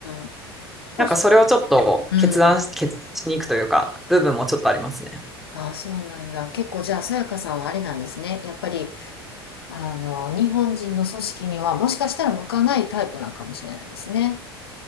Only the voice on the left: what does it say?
ん。そうそ
う。うん。
ああ、そうなんだ。結構じゃあ、さやかさんはあれなんですね。やっぱりあの、日本人の組織にはもしかしたら向かないタイプなのかもしれないですね。